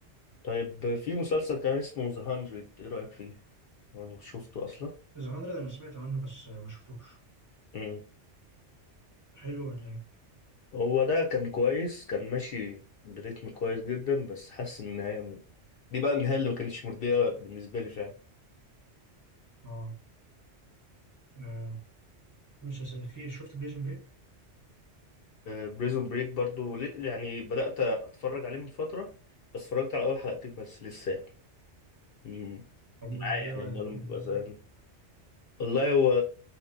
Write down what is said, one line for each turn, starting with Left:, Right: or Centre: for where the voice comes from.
Left: طيب في مسلسل كان اسمه ذا 100 ايه رأيك فيه انا شفته اصلا
Right: ذا 100 أنا سمعت عنه بس آه، ما شفتوش
Left: امم
Right: حلو ولا إيه؟
Left: هو ده كان كويس كان ماشي بريتم كويس جدا بس حاسس ان النهاية م... دي بقى النهاية اللي ما كانتش مرضية بالنسبة لي فعلا
Right: آه آه، في مسلسل في شفت بريزن بريك؟
Left: بريزون بريك برضو ل- يعني بدأت اتفرج عليه من فترة بس اتفرجت على اول حلقتين بس لسه يعني مم.
Right: طب
Left: معايا
Right: وإيه
Left: يعني
Right: رأيك؟
Left: لما
Right: يعني
Left: ببقى زهقان والله هو